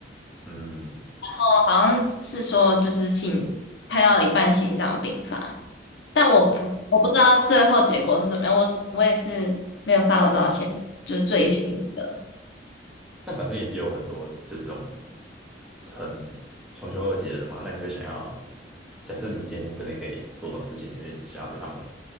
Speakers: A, in the centre; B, on the left.
A: 嗯，
B: 然后好像是说就是心开到一半心脏病发，但我不我不知道最后结果是怎么样，
A: 哦，
B: 我是我也是没有 follow 到现，就是最新的。
A: 但反正也是有很多就这种很穷凶恶极的人嘛。那你会想要，假设你今天真的可以做这种事情，你会想要对他们